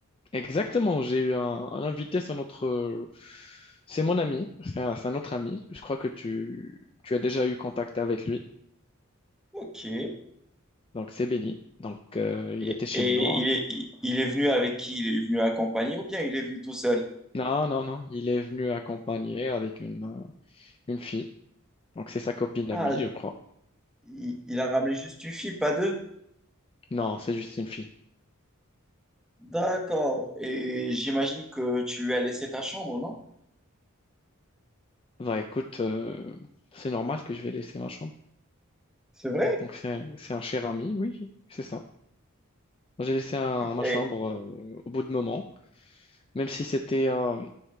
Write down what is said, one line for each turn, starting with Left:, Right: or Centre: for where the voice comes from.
Left: Exactement, j'ai eu un, un invité, c'est notre... euh, C'est mon ami, c'est un, c'est un autre ami. Je crois que tu, tu as déjà eu contact avec lui.
Centre: Ok. Et,
Left: Donc, c'est Benny. Donc, euh, il
Centre: et
Left: était chez moi.
Centre: il est, il, il est venu avec qui? Il est venu accompagné ou bien il est venu tout seul?
Left: Non, non, non, il est venu accompagner avec une, euh, une fille. Donc, c'est sa copine
Centre: Ah,
Left: à lui, je crois.
Centre: il, il a ramené juste une fille, pas deux.
Left: Non, c'est juste une fille.
Centre: D'accord. Et j'imagine que tu lui as laissé ta chambre, non?
Left: Bah, écoute, euh, c'est normal que je vais laisser ma chambre.
Centre: C'est vrai?
Left: Donc c'est un, c'est un cher ami, oui, c'est ça. J'ai laissé un- ma
Centre: Et,
Left: chambre euh, au bout de moment, même si c'était euh,